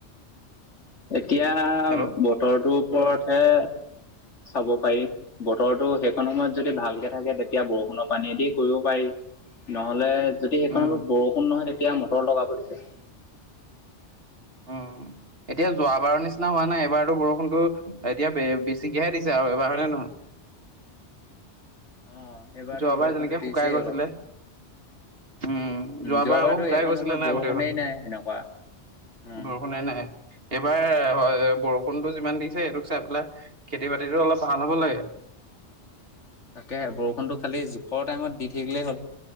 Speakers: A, on the left; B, on the right.
A: এতিয়া,
B: হেল্ল'
A: বতৰটোৰ ওপৰতহে চাব পাৰি। বতৰো সেইকন সময়ত যদি, ভালকে থাকে তেতিয়া বৰষুণত। পানী দিয়ে কৰিব পাৰি। নহ'লে, যদি সেইকন
B: উম
A: সময়ত বৰষুণ নহয় তেতিয়া। এতিয়া, মটৰ লগাব দিছে।
B: উম, এতিয়া যোৱাবাৰৰ নিচিনা হোৱা নাই এবাৰতো বৰষুণতো, এতিয়া বে-বেছিকে হে দিছে। এবাৰ হয়নে নহয়।
A: অ' এইবাৰতো
B: যোৱাবাৰ
A: বৰষুণতো
B: যেনেকে,
A: দিছেই
B: শুকাই গৈছিলে।
A: অলপ
B: উম, যোৱাবাৰ
A: যোৱাবাৰতো
B: আকৌ, শুকাই
A: এইকণ
B: গৈছিলে
A: সময়ত
B: নাই
A: বৰষুণেই
B: গোটেইখন।
A: নাই এনেকুৱা। উম
B: বৰষুণে নাই। এইবাৰ, হয় বৰষুণতটো যিমান দিছে সেইটোক চাই পেলাই, খেতি বাতিটো অলপ ভাল হ'ব লাগে। <unintelligible>
A: তাকেহে, বৰষুণটো খালি জোখৰ টাইমত দি থাকিলেই হ'ল।